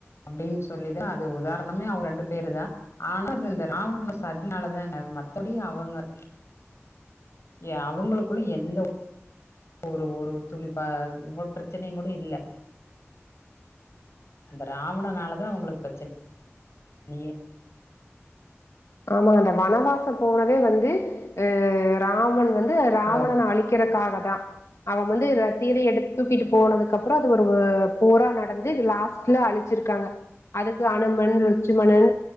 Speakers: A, on the left; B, on the left.
A: அப்டின்னு சொல்லிதா அது உதாரணமே அவுரு ரெண்டு பேரு தா ஆன அது இந்த ராவணன் சதினால தாங்க மத்தோடி அவுங்க ஏ அவுங்களுக்குள்ள எந்த ஒரு ஒரு துளிப்பா பிரச்சனைையுங் கூட இல்ல அந்த ராவணனால தா அவுங்களுக்கு பிரச்சனையே
B: ஆமா அந்த வனவாசோ போனதே வந்து அஹ் ராவன் வந்து ராவணன
A: ஹலோ
B: அழிக் இருக்றக்காக தா அவ வந்து ர சீதய எடு தூக்கிட்டு போனதுக்கு அப்புறோ அது ஒரு போரா நடந்து லாஸ்ட் ல அழிச்சிருக்காங்க அதுக்கு அனும்மன் ருட்சிமணன்